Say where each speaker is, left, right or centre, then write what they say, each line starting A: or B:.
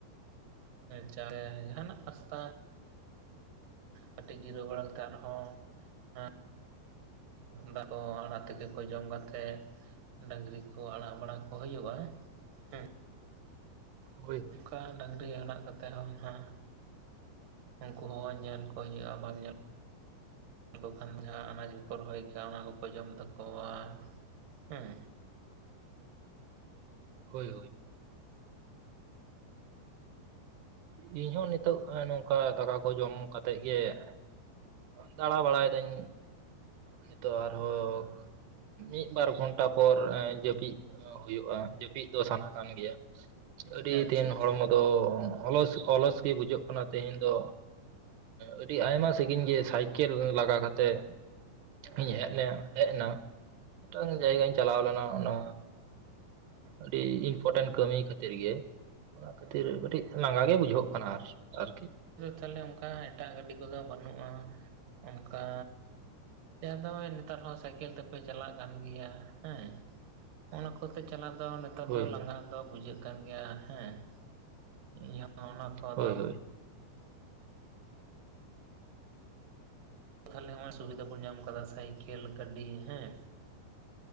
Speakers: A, on the right; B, on the right.
A: ᱪᱟᱲᱮ ᱡᱟᱦᱟᱸ ᱱᱟᱜ ᱱᱟᱥᱛᱟ᱾ ᱠᱟᱹᱴᱤᱡ ᱡᱤᱨᱟᱹᱣ ᱵᱟᱲᱟ ᱠᱟᱛᱮᱜ ᱟᱨᱦᱚᱸ ᱮ ᱫᱟᱠᱟ ᱠᱚ ᱟᱲᱟᱜ ᱛᱤᱠᱤ ᱠᱚ ᱡᱚᱢ ᱠᱟᱛᱮᱜᱼᱼ ᱰᱟᱹᱝᱨᱤ ᱠᱚ ᱟᱲᱟᱜ ᱵᱟᱲᱟ ᱠᱚ ᱦᱩᱭᱩᱜᱼᱟ᱾ ᱦᱮᱸ
B: ᱦᱳᱭ, ᱦᱳᱭ᱾
A: ᱚᱱᱠᱟ ᱰᱟᱹᱝᱨᱤ ᱚᱲᱟᱜ ᱠᱟᱛᱮᱜ ᱦᱚᱸ ᱱᱟᱦᱟᱸᱜ ᱩᱱᱠᱩ ᱦᱚᱸ ᱧᱮᱞ ᱠᱚ ᱦᱩᱭᱩᱜ-ᱟ, ᱵᱟᱢ ᱧᱮᱞ ᱟᱫᱚ ᱠᱷᱟᱱ ᱡᱟᱦᱟᱸ ᱟᱱᱟᱡᱽ ᱠᱚᱠᱚ ᱨᱚᱦᱚᱭ ᱠᱟᱜ ᱚᱱᱟ ᱠᱚᱠᱚ ᱡᱚᱢ ᱛᱟᱠᱚᱣᱟ ᱦᱩᱸ᱾
B: ᱦᱳᱭ ᱦᱳᱭ᱾
A: <inaudible>
B: ᱤᱧ ᱦᱚᱸ ᱚᱸ ᱱᱤᱛᱚᱜ ᱱᱚᱝᱠᱟ ᱫᱟᱠᱟ ᱠᱚ ᱡᱚᱢ ᱠᱟᱛᱮᱜ ᱜᱮ ᱮᱻᱼᱼ ᱫᱟᱬᱟ ᱵᱟᱲᱟᱭ ᱫᱟᱹᱧ᱾ ᱱᱤᱛᱚᱜ ᱟᱨ ᱦᱚᱸ ᱢᱤᱫ ᱵᱟᱨ ᱜᱷᱚᱱᱴᱟ ᱯᱚᱨ ᱡᱟᱹᱯᱤᱜᱼᱼ ᱦᱩᱭᱩᱜ-ᱟ ᱡᱟᱹᱯᱤᱜ ᱫᱚ ᱥᱟᱱᱟ ᱠᱟᱱ ᱜᱮᱭᱟ ᱟᱹᱰᱤ
A: ᱟᱪᱪᱷᱟ
B: ᱫᱤᱱ
A: ᱟᱪᱪᱷᱟ
B: ᱦᱚᱲᱢᱚ ᱛᱚ ᱚᱞᱚᱥ ᱚᱞᱚᱥ ᱜᱮ ᱵᱩᱡᱷᱟᱹᱜ ᱠᱟᱱᱟ ᱛᱮᱦᱮᱧ ᱫᱚ᱾ ᱟᱹᱰᱤ ᱟᱭᱢᱟ ᱥᱟᱹᱜᱤᱧ ᱜᱮ ᱥᱟᱭᱠᱮᱞ ᱞᱟᱜᱟ ᱠᱟᱛᱮᱜ ᱤᱧ ᱦᱮᱡᱞᱮ ᱦᱮᱡᱱᱟ ᱢᱤᱫᱴᱟᱝ ᱡᱟᱭᱜᱟᱧ ᱪᱟᱞᱟᱣ ᱞᱮᱱᱟ ᱚᱱᱟ ᱟᱹᱰᱤ ᱤᱱᱯᱚᱴᱮᱱ ᱠᱟᱹᱢᱤ ᱠᱷᱟᱹᱛᱤᱨ ᱜᱮ ᱚᱱᱟ ᱠᱷᱟᱹᱛᱤᱨ ᱠᱟᱹᱴᱤᱡ ᱞᱟᱸᱜᱟ ᱜᱮ ᱵᱩᱡᱷᱟᱹᱜ ᱠᱟᱱᱟ ᱟᱨ ᱟᱨᱠᱤ
A: ᱛᱟᱞᱦᱮ ᱚᱱᱠᱟ ᱢᱮᱫᱴᱟᱜ ᱜᱟᱹᱰᱤ ᱠᱚᱫᱚ ᱵᱟᱹᱱᱩᱜᱼᱟ ᱚᱱᱠᱟ ᱛᱮ ᱟᱫᱚ ᱱᱚᱸᱜᱼᱚᱭ ᱱᱮᱛᱟᱨ ᱦᱚᱸ ᱥᱟᱭᱠᱮᱞ ᱛᱮᱯᱮ ᱪᱟᱞᱟᱜ ᱠᱟᱱ ᱜᱮᱭᱟ ᱦᱮᱸ ᱚᱱᱟ ᱠᱚᱛᱮ ᱪᱟᱞᱟᱜ ᱫᱚ ᱱᱮᱛᱟᱨ
B: ᱦᱳᱭ
A: ᱫᱚ
B: ᱦᱳᱭ
A: ᱞᱟᱸᱜᱟ ᱫᱚ ᱵᱩᱡᱷᱟᱹᱜ ᱠᱟᱱ ᱜᱮᱭᱟ ᱦᱮᱸ ᱤᱧᱦᱚᱸ ᱚᱱᱟ ᱠᱚᱫᱚ
B: ᱦᱳᱭ ᱦᱳᱭ
A: ᱛᱟᱦᱚᱞᱮ ᱦᱚᱸᱭ ᱥᱩᱵᱤᱫᱟ ᱠᱚᱢ ᱧᱟᱢ ᱟᱠᱟᱫᱟ ᱥᱟᱭᱠᱮᱞ ᱜᱟᱹᱰᱤ ᱦᱮᱸ